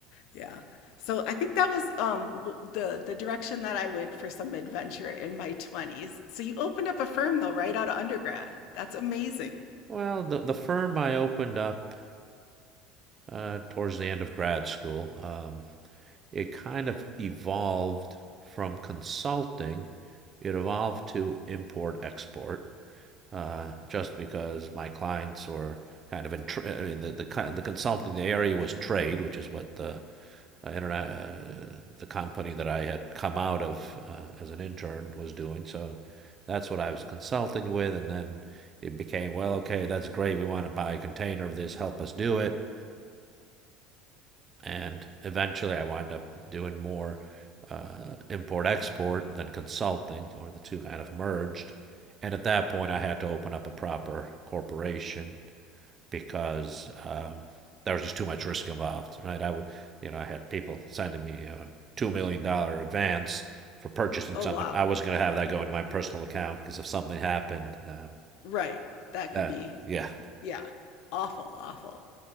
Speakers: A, on the left; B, on the right.
A: Yeah. So I think that was um, w- the the direction that I went for some adventure in my twenties. So you opened up a firm though, right out of undergrad. That's amazing.
B: Well, the the firm I opened up uh, towards the end of grad school. Um, it kind of evolved from consulting, it evolved to import export, uh, just because my clients were kind of in tra- I mean, the, the the consulting the area was trade, which is what the uh, internet, uh, the company that I had come out of uh, as an intern was doing. So that's what I was consulting with, and then it became well, okay, that's great. We want to buy a container of this. Help us do it and eventually I wind up doing more uh, import export than consulting, or the two kind of merged. And at that point, I had to open up a proper corporation because um, there was just too much risk involved, right? I would, you know, I had people sending me a two million dollar advance for purchasing
A: Oh
B: something.
A: wow.
B: I wasn't going to have that go into my personal account because if something happened, um,
A: Right. That
B: uh,
A: could be
B: yeah,
A: Yeah. Awful, awful.